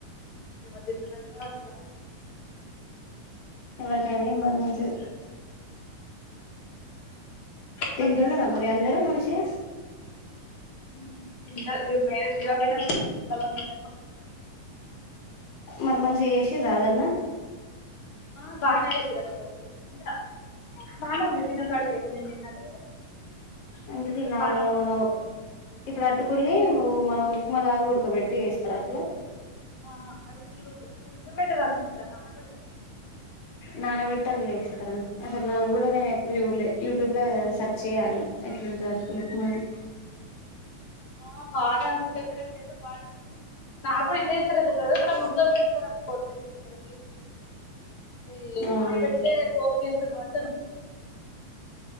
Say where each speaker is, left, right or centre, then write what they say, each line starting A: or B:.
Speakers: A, on the left; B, on the left.
A: ఎవరు దింటారు అట్లా
B: ఎవరికైన ఇబ్బంది ఉంటది
A: ఎవరు
B: తింటున్నారా
A: తినరు ఎక్కువ
B: మరి అందరు మంచిగ
A: <unintelligible>
B: మరి మంచిగ చేసిండ్ర అదన్న
A: ఆ బానే చేసిండ్రు అక్కబానే ఉంది తిన్న కాడికి అయితే నేన్ తిన్నా కదా
B: అంటేది
A: కొంచెం
B: నార్మల్
A: బానే
B: గా
A: ఉంది
B: మనం ఇప్పుడు అటుకుల్ని ను మన ఉప్మా లాగ ఉడకబెట్టి యేస్తర అట్లా
A: ఆ అటుకులు ఉడకపెట్టరు అనుకుంట నానపెడ్
B: నానబెట్టాల ఇస్తార అసలు నా కూడా నేను ఎప్పుడు జూల్లే యూట్యూబ్ లో సెర్చ్ చేయాలని ఎట్లుంటుదో అటుకుల ఉప్మా అని.
A: ఆ బానే ఉంది చేసేదానికి అయితే బానే ఉంది. నాకు ఎట్లుదేత్తరో తెలివదు కాని ఉడకపెడతారు అనుకోంటున మే బి
B: అవును
A: నానబెడితే పోపు కేస్తరు కావచ్చు అనుకుంటున్నా.